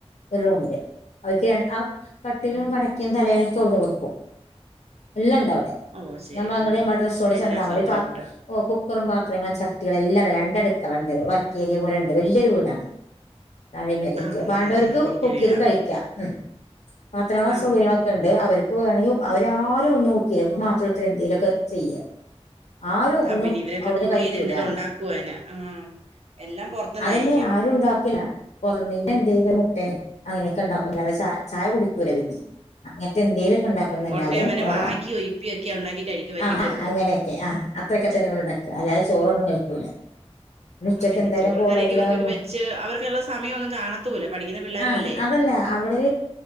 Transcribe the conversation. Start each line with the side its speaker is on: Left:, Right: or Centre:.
Left: ഒരു റൂമില് അവർക്ക് ര ആ കട്ടിലും
Right: ഉം.
Left: കടക്കും തലയണിംഒക്കെ അവിട്ന്ന് കൊടുക്കും എല്ലാം ഉണ്ട് അവിടെ
Right: ഓ ശരി
Left: നമ്മ അങ്ങടെ
Right: ഉം
Left: നമ്മ ഡ്രെസ്സോടെ
Right: എല്ലാ
Left: ചെന്നാ മതി
Right: സൗകര്യവും
Left: പ
Right: ഉണ്ട്
Left: ഓഹ് കുക്കറും പാത്രങ്ങളും ചട്ടികളും എല്ലാം രണ്ട്അടുക്കളുണ്ട് വർക്ക് ഏരിയ പോല ഉണ്ട് വലിയൊരു വീടാണ് താഴേ മേലേആയിട്ട്.
Right: ആ
Left: വേണ്ടവർക്ക്
Right: ആ ആ വല്യ
Left: കുക്ക്
Right: വീടാ
Left: ചെയ്ത് കഴിക്കാം, ഉം മാത്രല്ലാ
Right: ആ
Left: സുഖ ഉണ്ട്, അവർക്ക് വേണമെങ്കിൽ അവര് ആരും ഒന്നും കുക്ക് ചെയ്യൂല. ഇവന് മാത്രം ഇപ്പൊ എന്തേലുമൊക്കെ ചെയ്യ ആരും
Right: ആ
Left: ഒന്നും
Right: പിന്നെ ഇവരൊക്കെ
Left: അവിടുന്ന്
Right: കുക്ക്
Left: കഴിക്കൂലന്ന്.
Right: ചെയ്ത് എന്തെലും ഉണ്ടാക്കുവോ അതിന് ആ എല്ലാം പുറത്തുന്നായിരിക്കും
Left: അതെന്നെ ആരും ഉണ്ടാക്കില്ല <unintelligible> മുട്ടെ അങ്ങനെ ഒക്കെ ണ്ടാക്കും ച ചായ കുടിക്കൂല്ല പിന്നെ അങ്ങനത്തെ എന്തെലും ഒക്കെ ഉണ്ടാക്കുന്നല്ലാതെ
Right: ഉം മുട്ടയോ അങ്ങനെ
Left: വേറെ,
Right: മാഗിയോ ഇപ്പിയോ ഒക്കെ ഉണ്ടാക്കി കഴിക്കുമായിരിക്കും
Left: ആഹ് ആഹ്
Right: ചിലപ്പോ
Left: അങ്ങനെയൊക്കെ ആ അത്രയൊക്കെ തന്നെ ഉണ്ടാക അല്ലാതെ ചോറൊന്നും കഴിക്കൂല ഉച്ചക്ക്
Right: ആഹ് പിന്നെ
Left: എന്തായാലും
Right: ചോറും
Left: കോളേജിലാകുമ്പോ
Right: കറിയൊക്ക് ഇവർക്കൊക്കെ വെച്ച് അവർക്കത്തിനുള്ള സമയമൊന്നും കാണത്തൂല്ല പഠിക്കുന്ന പിള്ളേരുഅല്ലേ
Left: ആ അതല്ല അവിടെ